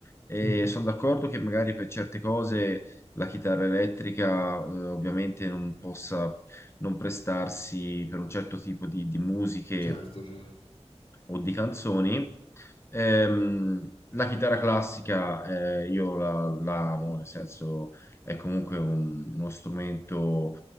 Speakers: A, on the left (about 25°); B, on the left (about 50°).
A: e
B: Mm,
A: sono d'accordo che magari per certe cose la chitarra elettrica eh, ovviamente non possa non prestarsi per un certo tipo di, di musiche
B: certo, certo.
A: o di canzoni. Ehm, la chitarra classica eh, io la, la amo, nel senso è comunque un- uno strumento